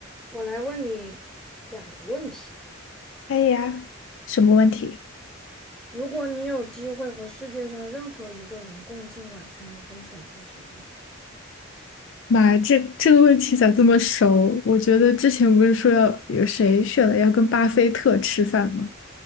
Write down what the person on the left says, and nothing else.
可以呀，什么问题？
妈，这这个问题咋这么熟？我觉得之前不是说要有谁选了要跟巴菲特吃饭吗？